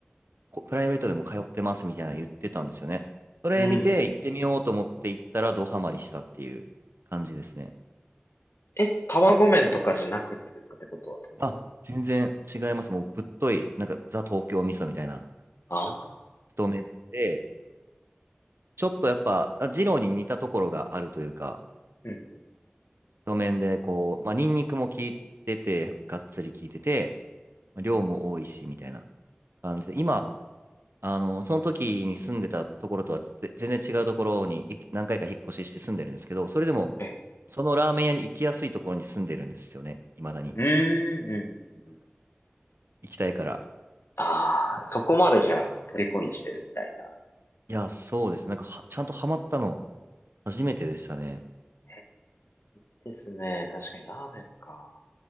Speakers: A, on the right (about 70°); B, on the left (about 90°).
A: こプライベートでも通ってますみたいな言ってたんですよね。それ見て行ってみようと思って行ったらドハマりしたっていう感じですね。
B: うん、うん。え、え、卵麺とかじゃなくてですかってことは東京だか
A: あ、全然違います。もうぶっとい、なんかザ東京味噌みたいな
B: ら。ああ、
A: 太麺で、ちょっとやっぱ、あ二郎に似たところがあるというか、
B: うん、うん。
A: 太麺でこう、まあ、ニンニクも効いてて、がっつり効いてて、まあ量も多いしみたいな感じで、今、あの、その時に住んでたところとはぜ全然違うところにい何回か引っ越しして住んでるんですけど、それでも、
B: え、
A: そのラーメン屋に行きやすいところに住んでるんですよね。未だに。
B: うーん、うん、うんうんうん。
A: 行きたいから。
B: ああ、そこまでじゃあ、虜にしてるみたいな。
A: いや、そうです。なんかは、ちゃんとハマったの、初めてでしたね。
B: え、いいですね。確かにラーメンか。